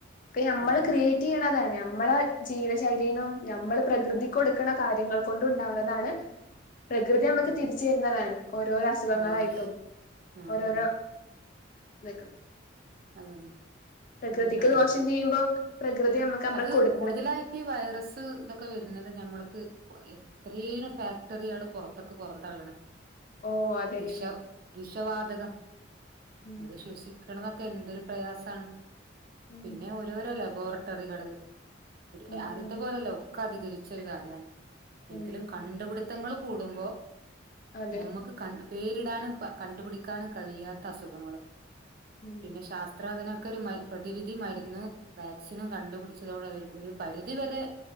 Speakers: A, on the left; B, on the right.
A: അപ്പ നമ്മൾ
B: ആഹ്
A: ക്രിയേ റ്റീണതാണ് നമ്മളെ ജീവിത ശൈലീനും നമ്മൾ പ്രകൃതികൊടുക്കണ കാര്യങ്ങൾ കൊണ്ട് ണ്ടാക്കുന്നതാണ് പ്രകൃതി നമുക്ക്
B: അതെ
A: തിരിച്ചു വരുന്നതാണ് ഓരോര അസുഖങ്ങളായിട്ടും
B: അതെ അതെ ആഹ്
A: ഓരോരോ
B: ഉം
A: വെക്
B: അതന്നെ
A: പ്രകൃതിക്ക്
B: പിന്നെ പ്രകൃതി
A: ദോഷം ചെയ്യുമ്പോ പ്രകൃതി നമ്മുക്ക് നമ്മള്
B: അത്
A: കൊടു
B: കൂടുതലായിട്ട് ഈ വൈറസ് ഇതൊക്കെ വരുന്നത് ഞമ്മൾക്ക് ഇത്രയും ഫാക്ടറികള് പുറത്തൊക്കെ പുറന്തള്ളണ്
A: ഓ അതന്നെ
B: വിഷ വിഷവാതകം
A: ഉം
B: അത് ശ്വസിക്കണ താ എന്തൊരു പ്രയാസണ്
A: ഉം
B: പിന്നെ ഓരോരോ ലബോറട്ടറികള്. ഒരു
A: ഉം
B: അദ്യത്തെ
A: ഉം
B: പോലെല്ലേ ഒക്കെ അധികരിച്ചൊരു കാലാണ് എങ്കിലും
A: ഉം
B: കണ്ടുപിടി ത്തങ്ങൾ കൂടുമ്പോ
A: അതെ
B: നമ്മുക്ക് കൺ-ണ്ട പേരിടാനും കണ്ടുപിടിക്കാനും കഴിയാത്ത അസുഖങ്ങളും.
A: ഉം
B: പിന്നെ ശാസ്ത്രധനൊക്ക ഒരു പ്രതിവിധി മരുന്ന് വാക്സിനും കണ്ടുപിടിച്ചതകൊണ്ട് ഒരു പരിധിവരെ